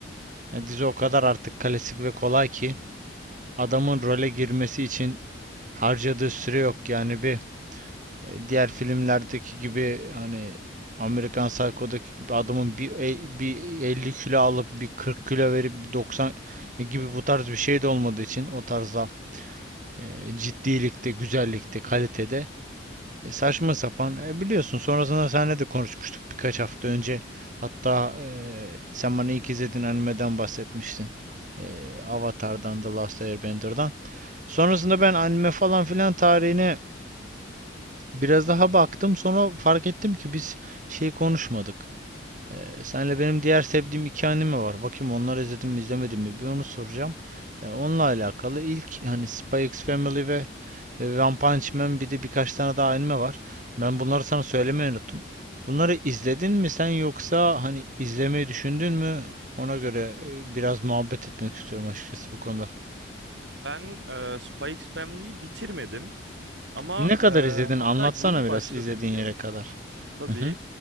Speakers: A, on the right; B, on the right.
A: E, dizi o kadar artık klasik ve kolay ki adamın role girmesi için harcadığı süre yok. Yani bir e, diğer filmlerdeki gibi hani Amerikan Psycho'daki gibi adamın bir, e- bir 50 kilo alıp bir 40 kilo verip bir 90 gibi bu tarz bir şey de olmadığı için o tarzda e, ciddilikte, güzellikte, kalitede e, saçma sapan e, biliyorsun. Sonrasında seninle de konuşmuştuk birkaç hafta önce. Hatta e, sen bana ilk izlediğin animeden bahsetmiştin. E, Avatar'dan, The Last Airbender'dan. Sonrasında ben anime falan filan tarihine Biraz daha baktım sonra fark ettim ki biz şey konuşmadık. Ee, senle benim diğer sevdiğim iki anime var. Bakayım onları izledim mi izlemedim mi bir onu soracağım. Ee, onunla alakalı ilk hani Spy X Family ve e, One Punch Man bir de birkaç tane daha anime var. Ben bunları sana söylemeyi unuttum. Bunları izledin mi sen yoksa hani izlemeyi düşündün mü? Ona göre e, biraz muhabbet etmek istiyorum açıkçası bu konuda.
B: Ben e, Spy Family'yi bitirmedim ama
A: Ne kadar
B: e,
A: izledin?
B: hatta
A: Anlatsana
B: yeni
A: biraz
B: başladım
A: izlediğin
B: biliyor
A: yere
B: musun?
A: kadar.
B: Tabii.
A: Hı hı.